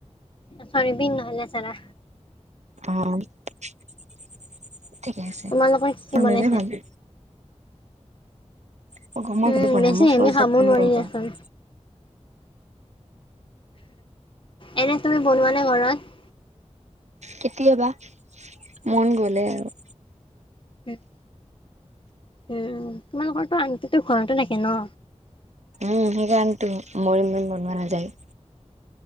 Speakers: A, on the left; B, on the right.
A: ছয়াবিন নহ'লে চানা।
B: অ ঠিকে আছে
A: তোমালোকৰ
B: আৰু
A: কি
B: তোমাৰে
A: বনাইছে
B: ভাল <inaudible>
A: উম বেছি
B: <unintelligible>
A: হেভি খাব
B: <unintelligible>
A: নোৱাৰি দিয়াচোন এনে তুমি বনোৱা নে ঘৰত
B: কেতিয়াবা মন গ'লে আৰু
A: হু <unintelligible> উম তোমালোকৰ তো আনটিটো ঘৰতে থাকে ন
B: উম সেইকাৰণেতো মই ইমান বনোৱা নাযায়